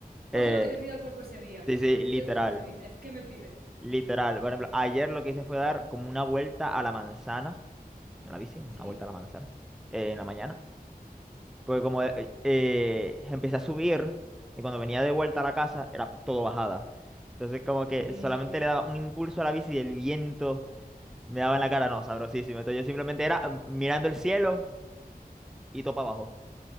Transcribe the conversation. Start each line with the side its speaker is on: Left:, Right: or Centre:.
Centre: Eh,
Right: O sea, lo que te pida el cuerpo ese día.
Centre: sí,
Right: Es
Centre: sí,
Right: como tú
Centre: literal,
Right: te despiertas y dices, ¿qué me pide?
Centre: literal. Por ejemplo, ayer lo que hice fue dar como una vuelta a la manzana, en la bici, una
Right: ¿Sí?
Centre: vuelta a la manzana, eh, en la mañana. Porque como eh, eh, empecé a subir, y cuando venía de vuelta a la casa, era todo bajada. Entonces como que
Right: Mmm,
Centre: solamente le daba un impulso a la bici y el viento me daba en la cara, no, sabrosísimo. Entonces yo simplemente era mm, mirando el cielo y topa abajo,